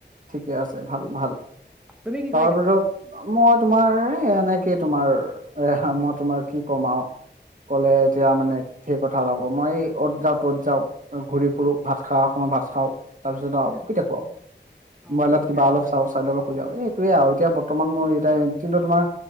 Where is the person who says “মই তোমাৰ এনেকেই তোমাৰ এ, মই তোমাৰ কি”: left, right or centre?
Right